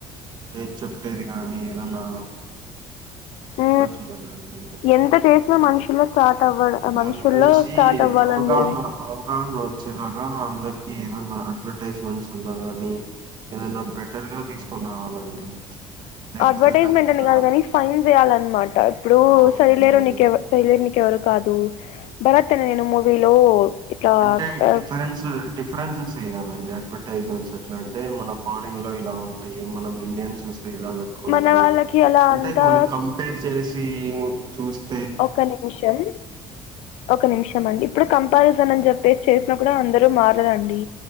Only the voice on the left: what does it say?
ఉ
ఎంత చేసినా మనుషుల్లో స్టార్ట్ అవ్వడ
మనుషుల్లో
స్టార్ట్ అవ్వాలండి
ఇది.
అడ్వర్టైజ్మెంట్
అని కాదు కాని ఫైన్స్ వేయాలి అ న్నమాట ఇప్పుడు
సరిలేరు నీకెవ్వరు ఎవరు కాదు భరత్ అనే నేను మూవీలో ఇట్లా
ఆహ్,
మన వాళ్ళకి అలా
అంతా
ఒక నిమిషం ఒక నిమిషం మండి ఇప్పుడు కంపారిజన్ అని చెప్పేసి చేసిన కూడా అందరూ మార్ ద అండి